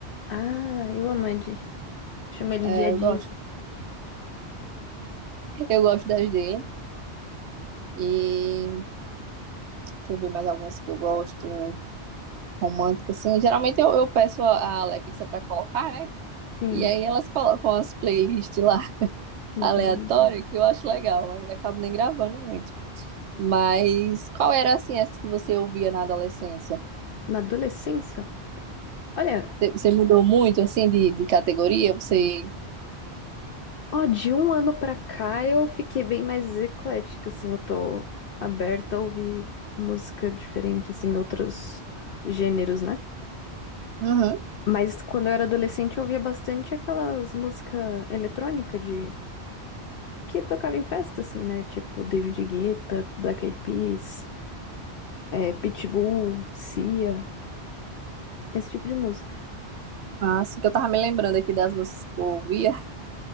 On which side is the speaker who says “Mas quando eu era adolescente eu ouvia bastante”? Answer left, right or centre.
Left